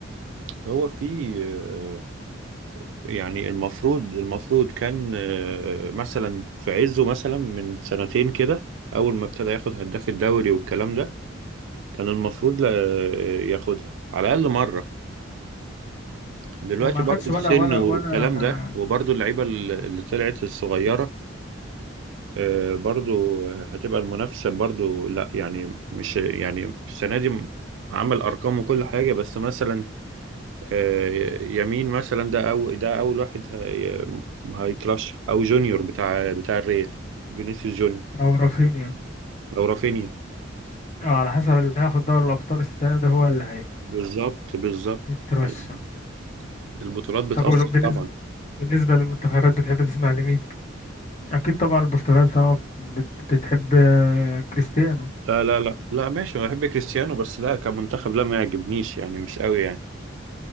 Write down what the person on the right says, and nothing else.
هو في آه، يعني المفروض المفروض كان آه، مثلا في عزه مثلا من سنتين كده أول ما ابتدى ياخد هداف الدوري والكلام ده كان المفروض لا- ياخدها على الأقل مرة دلوقتي
برضو
السن
والكلام
ده وبرضو اللعيبة اللي اللي طلعت الصغيرة آه، برضو هتبقى المنافسة برضو لا يعني مش يعني السنة دي عمل أرقام وكل حاجة بس مثلا آه، يمين مثلا ده أو ده أول واحد هي- هيترشح أو جونيور بتاع بتاع الريال فينيسيوس جونيور
أو رافينيا
بالظبط بالظبط
أيوة. البطولات بتأثر
طبعا
لا لا لا لا ماشي أنا بحب كريستيانو بس لا كمنتخب لا ما يعجبنيش يعني مش قوي يعني